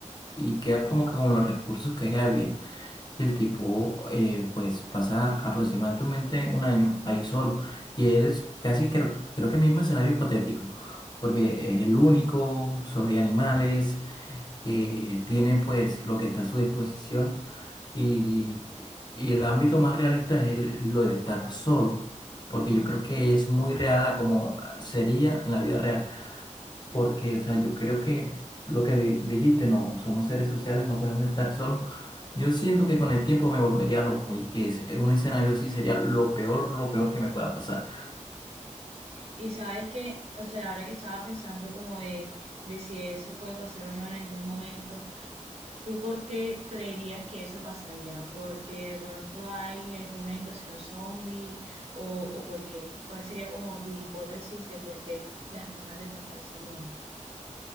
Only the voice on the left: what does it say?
Y queda como que con los recursos que queda bien. Y el tipo, eh, pues, pasa aproximadamente un año ahí solo. Y él es casi, creo, creo que mismo escenario hipotético, porque es el único, solo hay animales, eh, tiene pues lo que está a su disposición. Y, y el ámbito más realista es el- lo de estar solo, porque
yo creo que es muy real a como sería en la vida real, porque, o sea, yo creo que lo que di- dijiste, no, somos seres sociales, no podemos estar solos. Yo siento que con el tiempo me volvería loco y que es, un escenario así sería lo peor, lo peor que me pueda pasar.